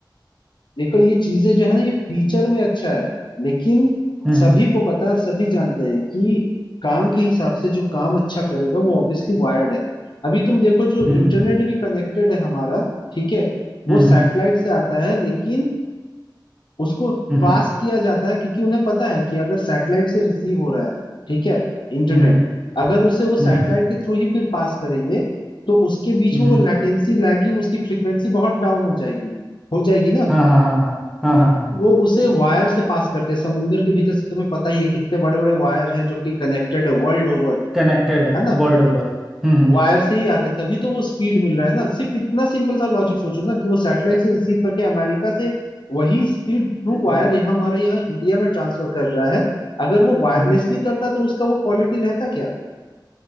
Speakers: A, on the left; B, in the centre.
A: देखो ये चीजें जो है ना ये फीचर में अच्छा है लेकिन
B: हम्म
A: सभी को पता है और सभी जानते हैं कि काम के हिसाब से जो काम अच्छा करेगा वो ऑब्वियसली वायर्ड है अभी तुम देखो जो
B: हम्म
A: इंटरनेट भी कनेक्टेड है हमारा ठीक है वो
B: हम्म
A: सैटेलाइट से आता है लेकिन उसको
B: हम्म हम्म
A: पास किया जाता है क्योंकि उन्हें पता है कि अगर सैटेलाइट से रिसीव हो रहा है ठीक है इंटरनेट
B: हम्म हम्म हम्म,
A: अगर उसे वो सैटेलाइट
B: हम्म, हम्म,
A: के थ्रू ही फिर पास करेंगे तो उसके बीच
B: हम्म,
A: में वो
B: हम्म,
A: लैटेंसी लैगिंग उसकी फ्रीक्वेंसी बहुत डाउन हो जाएगी हो जाएगी ना
B: हाँ हाँ हाँ हाँ
A: लेकिन
B: हाँ हाँ हाँ
A: वो उसे
B: हाँ,
A: वायर से पास करते हैं समुंदर के भीतर से तुम्हें पता ही है कितने बड़े बड़े वायर हैं जो कि कनेक्टेड है वर्ल्ड ओवर
B: कनेक्टेड है
A: है ना
B: वर्ड ओवर हम्म हम्म
A: वायर से ही आते हैं तभी तो वो स्पीड मिल रहा है ना सिर्फ इतना सिंपल सा लॉजिक सोचो ना कि वो सैटेलाइट से रिसीव करके अमेरिका से वही स्पीड थ्रू
B: हम्म
A: वायर यहाँ हमारे यहाँ इंडिया में ट्रांसफर कर रहा है अगर वो वायरलेसली
B: हम्म, हम्म,
A: करता तो उसका वो क्वालिटी रहता क्या